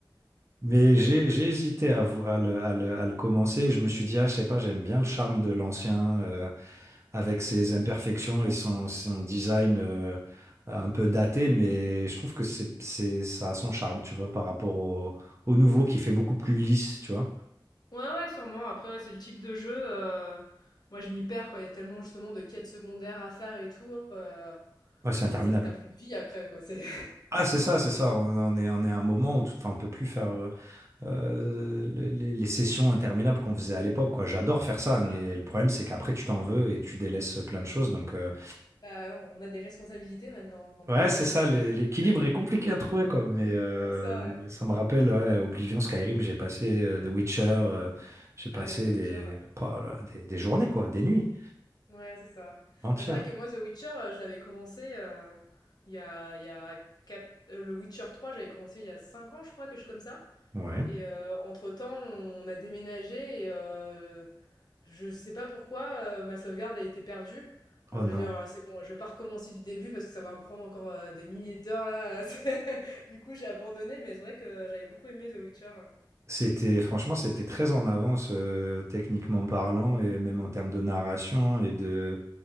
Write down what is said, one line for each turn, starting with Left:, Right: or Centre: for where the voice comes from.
Right: <laughs> Mais j'ai, j'ai hésité à, vo- à le, à le- à le commencer. Je me suis dit, ah, je sais pas, j'aime bien le charme de l'ancien euh, avec ses imperfections et son, son design euh, un peu daté, mais je trouve que c'est, c'est, ça a son charme, tu vois, par rapport au, au nouveau qui fait beaucoup plus lisse, tu vois.
Left: Ouais, ouais, sûrement. Après, ouais, c'est le type de jeu, heu, moi, je m'y perds, quoi. Il y a tellement, justement, de quêtes secondaires à faire et tout, heu,
Right: Ouais, c'est interminable.
Left: ça tu plus de vie après, quoi. C'est
Right: Ah, c'est ça, c'est ça. On, on est, on est à un moment où tout, enfin, on peut plus faire euh, euh, les, les- les sessions interminables qu'on faisait à l'époque, quoi. J'adore
Left: <laughs>
Right: faire ça,
Left: c'est ça.
Right: mais le problème, c'est qu'après, tu t'en veux et tu délaisses plein de choses. Donc, euh,
Left: Bah, on a des responsabilités maintenant, on peut
Right: ouais,
Left: plus,
Right: c'est
Left: heu
Right: ça. l'é-
Left: <laughs>
Right: L'équilibre est compliqué à trouver, quoi. Mais euh,
Left: c'est ça,
Right: mais
Left: ouais.
Right: ça me rappelle ouais, Oblivion, Skyrim. J'ai passé euh, The Witcher. euh, j'ai passé
Left: Ah ouais, The Witcher,
Right: des,
Left: ouais.
Right: pas, là, des, des journées, quoi, des nuits
Left: Ouais, c'est ça.
Right: entières.
Left: Bah, c'est vrai que moi, The Witcher, heu, je l'avais commencé, heu, il y a il y a 4 heu, le Witcher trois j'avais commencé il y a 5 ans, je crois, quelque chose comme ça
Right: Ouais.
Left: et heu, entre-temps, on a déménagé et heu Je sais pas pourquoi, heu, ma sauvegarde a été perdue.
Right: Oh
Left: Alors je
Right: non.
Left: me dis: «Oh c'est bon, je vais pas recommencer du début parce que ça va me prendre encore, heu, des milliers d'heures là, <laughs> c'est» du coup j'ai abandonné, mais c'est vrai que j'avais beaucoup aimé The Witcher, heu.
Right: C'était franchement, c'était très en avance euh, techniquement parlant et même en termes de narration et de